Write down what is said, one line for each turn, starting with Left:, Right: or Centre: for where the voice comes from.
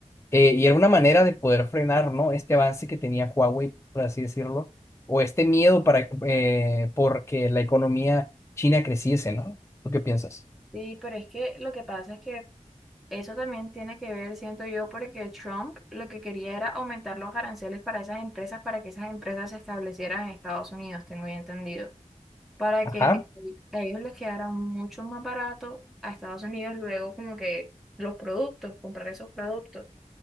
Left: eh, y era una manera de poder frenar, ¿no? Este avance que tenía Huawei, por así decirlo, o este miedo para, eh, porque la economía china creciese, ¿no? ¿Tú qué piensas?
Centre: Sí, pero es que lo que pasa es que eso también tiene que ver, siento yo, porque Trump lo que quería era aumentar los aranceles para esas empresas, para que esas empresas se establecieran en Estados Unidos, tengo ya entendido, para
Left: Ajá,
Centre: que a ellos les quedara mucho más barato a Estados Unidos luego como que los productos, comprar esos productos.